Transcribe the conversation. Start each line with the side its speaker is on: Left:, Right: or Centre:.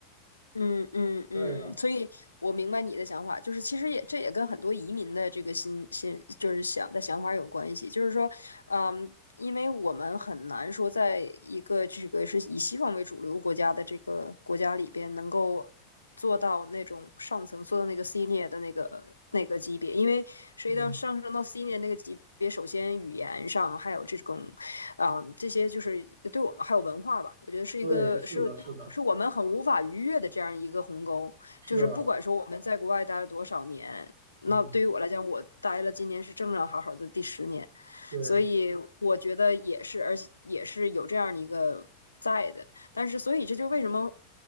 Left: 嗯嗯嗯，
Right: 之类的。
Left: 所以我明白你的想法，就是其实也这也跟很多移民的这个心心就是想的想法有关系，就是说，嗯，因为我们很难说在一个这个是以西方为主流国家的这个国家里边能够。做到那种上层，做到那个 senior 的那个那个级别，因为涉及到上升到
Right: 嗯，
Left: senior 那个级别，首先语言上还有这种，啊、呃这些就是对我们还有文化吧，我觉得是一个是
Right: 对，是的，是的，
Left: 是我们很无法逾越的这样一个鸿沟，
Right: 是啊，
Left: 就是不管说我们在国外待了多少年。
Right: 嗯，
Left: 那对于我来讲，我待了今年是正正好好的第十年，
Right: 对。
Left: 所以我觉得也是，而且也是有这样的一个在的，但是，所以这就是为什么